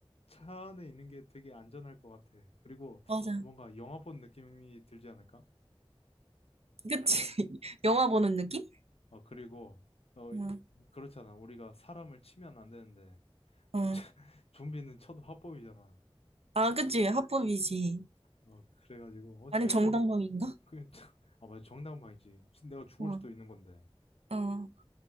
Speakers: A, on the left (about 75°); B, on the right (about 85°).
A: 차 안에 있는 게 되게 안전할 것 같아. 그리고
B: 맞아.
A: 아, 뭔가 영화 본 느낌이 들지 않을까?
B: 그치? <laughs> 영화 보는 느낌?
A: 어, 그리고 어,
B: 응,
A: 그렇잖아. 우리가 사람을 치면 안 되는데
B: 어.
A: <laughs> 좀비는 쳐도 합법이잖아.
B: 아, 그치? 합법이지.
A: 어, 그래가지고 어,
B: 아니,
A: 차
B: 정당방위인가?
A: 있으면 그냥 차- 아, 맞아. 정당방이지. 내가 죽을
B: 어,
A: 수도 있는 건데.
B: 어,